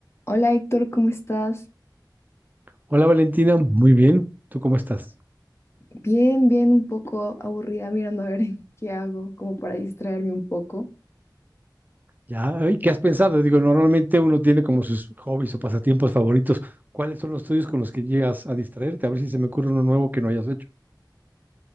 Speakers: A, on the left; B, on the right.
A: Hola Héctor, ¿cómo estás?
B: Hola Valentina, muy bien. ¿Tú cómo estás?
A: Bien, bien, un poco aburrida mirando a ver <laughs> qué hago, como para distraerme un poco.
B: Ya, ay, ¿qué has pensado? Digo, normalmente uno tiene como sus hobbies o pasatiempos favoritos. ¿Cuáles son los tuyos con los que llegas a distraerte? A ver si se me ocurre uno nuevo que no hayas hecho.